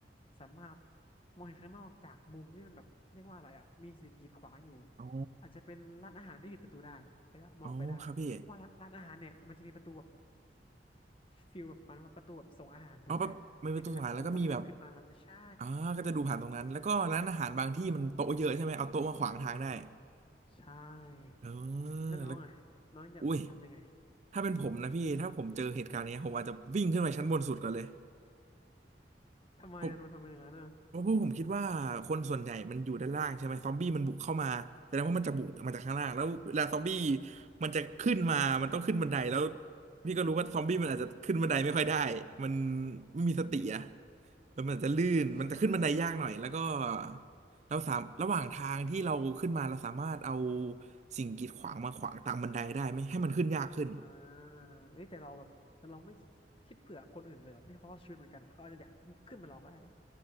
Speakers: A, on the left (about 30°); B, on the right (about 40°).
A: สามารถมองเห็นข้างนอกจากมุมที่มันแบบเรียกว่าอะไรอ่ะมีสิ่งกีดขวางอยู่
B: อ๋อ
A: อาจจะเป็นร้านอาหารที่ปิดประตูได้แล้วก็มองไปได้เพราะว่าร้านร้านอาหารเนี่ยมันจะมีประตูแบบ
B: อ๋อครับพี่
A: ฟิลแบบประตูแบบส่งอาหารถูกไหมในการส่งวัตถุดิบขึ้นมาใช่
B: เอาแบบมันเป็นตัวสงสารแล้วก็มีแบบอ่าก็จะดูผ่านตรงนั้น แล้วก็ร้านอาหารบางที่มันโต๊ะเยอะใช่ไหม
A: อืม
B: เอาโต๊ะมาขวางทางได้
A: ใช่
B: เออ
A: แล้วน้องอ่ะน้องจะทำยังไง
B: แล้ว อุ้ยถ้าเป็นผมนะพี่ ถ้าผมเจอเหตุการณ์เนี้ยผมอาจจะวิ่งขึ้นไปชั้นบนสุดก่อนเลย
A: <laughs> ทำไมอ่ะทำไมทำอย่างนั้นอ่ะ
B: ผม เพราะพวกผมคิดว่าคนส่วนใหญ่มันอยู่ด้านล่างใช่ไหมซอมบี้มันบุกเข้ามาแสดงว่ามันจะบุกมาจากข้างล่างแล้วเวลาซอมบี้
A: อืม
B: มันจะขึ้นมา มันต้องขึ้นบันไดแล้วพี่ก็รู้ว่าซอมบี้มันอาจจะขึ้นบันไดไม่ค่อยได้มันไม่มีสติอะ
A: อืม
B: แล้วมันอาจจะลื่นมันจะขึ้นบันไดยากหน่อยแล้วก็
A: ใช่
B: เราสามระหว่างทางที่เราขึ้นมาเราสามารถเอาสิ่งกีดขวางมาขวางตามบันไดได้ไหมให้มันขึ้นยากขึ้น
A: อ่าเอ้ยแต่เราแบบแต่เราไม่คิดเผื่อคนอื่นเลยเหรอที่เขารอดชีวิตเหมือนกันอะเขาอาจจะอยากขึ้นมาเราก็ได้เหรอ